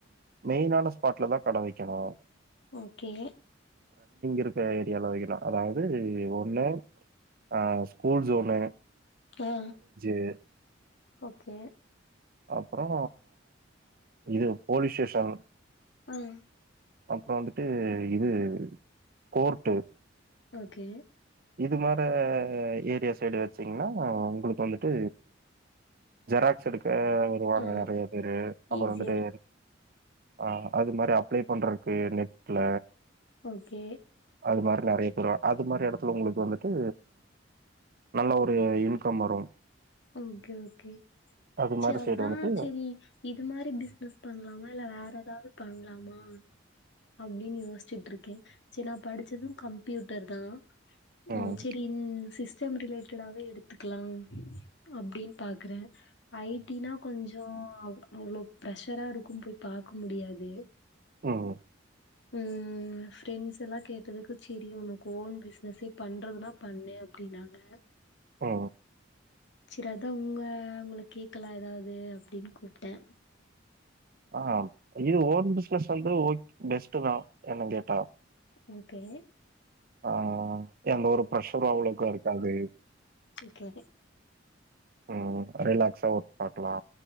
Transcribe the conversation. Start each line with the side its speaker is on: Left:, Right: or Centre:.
Right: மெயினான ஸ்பாட்ல தா கட வெய்க்கணு
Left: ஓகே
Right: இருக்குற ஏரியால வைக்கலாம் அதாவது ஒன்லா அ ஸ்கூல் சோனு
Left: ஆ
Right: <unintelligible>
Left: ஓகே
Right: அப்பறோ இது போலீஸ் ஸ்டேஷன்
Left: ம்
Right: அப்பறோ வந்து இது கோர்ட்டு
Left: ஓகே
Right: இது மாரே ஏரியா சைடு வச்சிங்கன்னா உங்களுக்கு வந்துட்டு ஜெராக்ஸ் எடுக்க வருவாங்க
Left: ஆ
Right: நெறைய பேரு அப்பறோ
Left: ஈஸியா
Right: வந்துட்டு
Left: இருக்கு
Right: ஆ அது மாரி அப்ளை பண்றக்கு நெட்ல
Left: ஓகே
Right: அது மாரி நெறைய பேரு அது மாரி இடத் உங்களுக்கு வந்துட்டு நல்ல ஒரு இன்கம் வரும்
Left: ஓகே ஓகே
Right: அது
Left: செ
Right: மாரி
Left: அதான்
Right: சைடு வந்துட்டு
Left: செரி இது மாதிரி பிசினஸ் பண்ணலாமா இல்ல வேற ஏதாவது பண்ணல லமா அப்டின்னு யோசிச்சுட்டு இருக்கே செரி நான் படிச்சதும் கம்ப்யூட்டர் தா
Right: ம்
Left: உம் செரி சிச் சிஸ்டம் ரிலேட்டாவே எடுத்துக்கலாம் அப்டின்னு பாக்குறே ஐடினா கொஞ்சோ அவ்ளோ பிர்ஷரா இருக்கும் போய் பாக்க முடியாது
Right: ம்
Left: ம் ஃபிரெண்ட்ஸ் எல்லா கேட்டதுக்கு செரி உனக்கு ஓன் பிஸ்னசே பண்றதுனா பண்ணு அப்டினாங்க
Right: ஆ
Left: செரி அதா உங்க உங்கள கேக்லா ஏதாவது அப்டின்னு கூப்டே
Right: ஆ இது ஓன் பிஸ்னஸ் வந்து ஓக் பெஸ்ட் தா என்ன கேட்டா
Left: ஓகே
Right: ஆ எந்த ஒரு ப்ரஷரு அவ்வளவுகா இருக்காது
Left: ஓகே
Right: உம் ரிலாக்ஸா ஒர்க் பாக்கலா